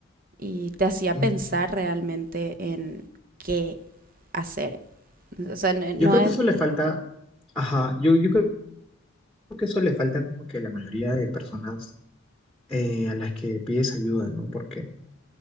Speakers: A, on the right; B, in the centre.
A: y te hacía
B: Mm,
A: pensar realmente en qué hacer. O sea, n- no
B: Yo creo
A: es,
B: que eso le falta, ajá, yo, yo creo que eso le falta como que a la mayoría de personas eh, a las que pides ayuda, ¿no? Porque